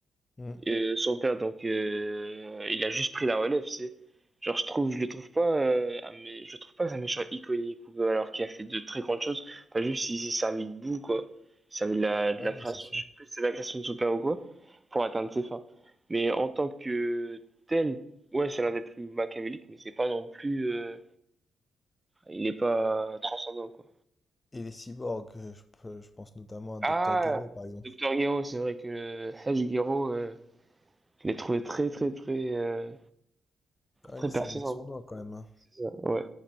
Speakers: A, on the left; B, on the right.
A: Hmm.
B: Euh, son père, donc, euh, il a juste pris la relève, c'est. Genre, je trouve, je le trouve pas, euh, un mé- je trouve pas que c'est un méchant iconique, ou, euh, alors qu'il a fait de très grandes choses. Enfin, juste, il s'est servi de boue, quoi. Il s'est servi de la, de
A: Ouais,
B: la création,
A: non, c'est sûr.
B: je sais plus si c'est la création de son père ou quoi, pour atteindre ses fins. Mais en tant que tel, ouais, c'est l'un des plus machiavéliques, mais c'est pas non plus, euh, il est pas transcendant, quoi.
A: Et les cyborgs, euh, je, peux- je pense notamment à
B: Ah,
A: Dr. Gero par exemple.
B: Docteur Gero, c'est vrai que Haj euh, je l'ai trouvé très, très, très, euh,
A: Ah,
B: très
A: lui,
B: pertinent.
A: c'est un mec sournois quand même. hein.
B: C'est ça, Ouais.